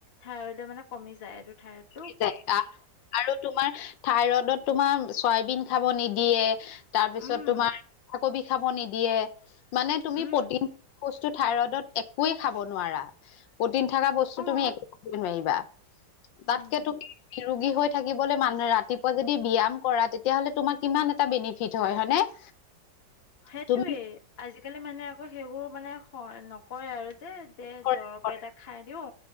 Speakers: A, on the left; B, on the left.
A: থাইৰইড মানে কমি যায়, এইটো থাইৰয়ড
B: <unintelligible> আৰু তোমাৰ থাইৰডত তোমাৰ চয়াবিন খাব নিদিয়ে। তাৰপিছত
A: উম
B: তোমাৰ কবি খাব নিদিয়ে মানে তুমি
A: উম,
B: প্ৰটিন বস্তু থাইৰইডত একোৱে খাব নোৱাৰা, প্ৰটিন থাকা বস্তু
A: অ',
B: তুমি একো একোৱে নোৱাৰিবা, তাতকে
A: উম।
B: তুমি <unintelligible> ৰোগী হৈ থাকিবলৈ মানুহ ৰাতিপুৱা যদি ব্যায়াম কৰা তেতিয়াহ'লে তোমাৰ কিমান এটা বেনিফিট হয় হয়নে? <inaudible>
A: সেইটোয়েই,
B: তুমি
A: আজিকালি মানুহে আকৌ সেইবোৰ মানে শৈ নক কয় আৰু যে দে
B: কৰা
A: দৰৱ
B: কৰা,
A: এটা খাই দিও